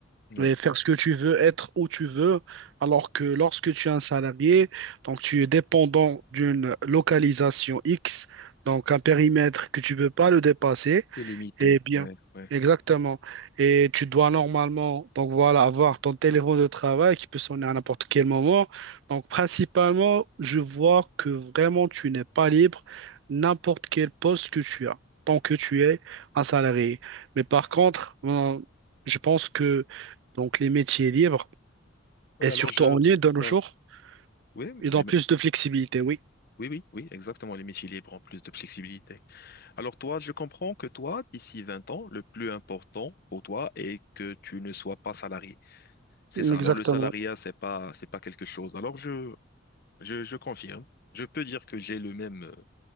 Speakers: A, on the left (about 50°); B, on the right (about 65°).
A: ouais.
B: et faire ce que tu veux, être où tu veux, alors que lorsque tu es un salarié, donc tu es dépendant d'une localisation X, donc un périmètre que tu ne peux pas le dépasser.
A: C'est limité,
B: Eh bien,
A: ouais, ouais.
B: exactement. Et tu dois normalement, donc voilà, avoir ton téléphone de travail qui peut sonner à n'importe quel moment. Donc, principalement, je vois que vraiment tu n'es pas libre n'importe quel poste que tu as, tant que tu es un salarié. Mais par contre, euh, je pense que donc les métiers libres,
A: Ouais,
B: et
A: alors
B: surtout
A: je,
B: en ligne de nos
A: ah,
B: jours,
A: oui,
B: ils
A: les,
B: ont plus de flexibilité, oui.
A: Oui, oui, oui, exactement. Les métiers libres ont plus de flexibilité. Alors toi, je comprends que toi, d'ici 20 ans, le plus important pour toi est que tu ne sois pas salarié. C'est ça.
B: Exactement.
A: Alors le salariat, c'est pas, c'est pas quelque chose. Alors je, je, je confirme. Je peux dire que j'ai le même, euh,